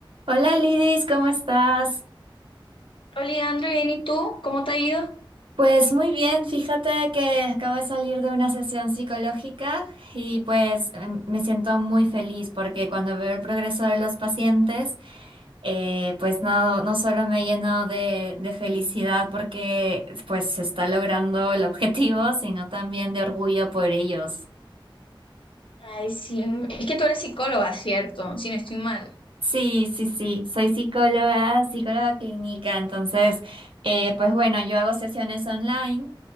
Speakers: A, on the right; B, on the left.
A: Hola Lidis, ¿cómo estás?
B: Hola, Leandro, bien, ¿y tú? ¿Cómo te ha ido?
A: Pues muy bien, fíjate que acabo de salir de una sesión psicológica y pues em, me siento muy feliz porque cuando veo el progreso de los pacientes, eh, pues no, no solo me lleno de, de felicidad porque pues se está logrando el objetivo, sino también de orgullo por ellos.
B: Ay, sí, es que tú eres psicóloga, ¿cierto? Si no estoy mal.
A: Sí, sí, sí, soy psicóloga, psicóloga clínica, entonces, eh, pues bueno, yo hago sesiones online.